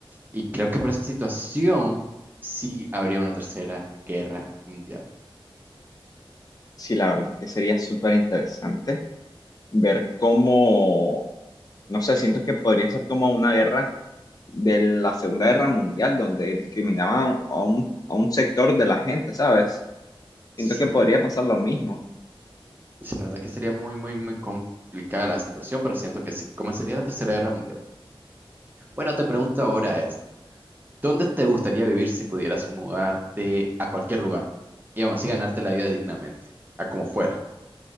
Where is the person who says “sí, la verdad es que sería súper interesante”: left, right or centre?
Left